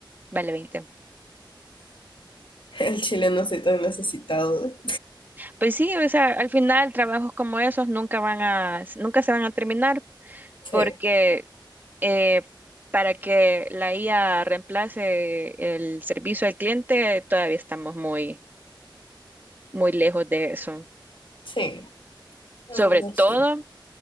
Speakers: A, on the right; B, on the left.
A: vale veinte
B: El chileno soy tan necesitado.
A: Pues sí, o sea, al final trabajos como esos nunca van a, nunca se van a terminar
B: Sí,
A: porque eh, para que la IA reemplace el servicio al cliente, todavía estamos muy, muy lejos de eso.
B: sí, la
A: Sobre
B: verdad
A: todo
B: sí.